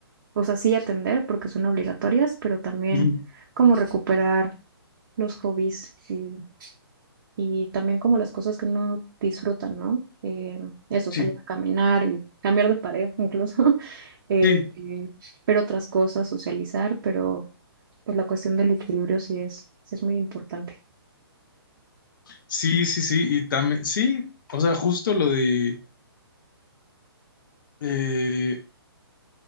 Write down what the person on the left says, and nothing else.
Ujú.
Sí,
sí,
sí, sí, sí, y también, sí, o sea, justo lo de, eh,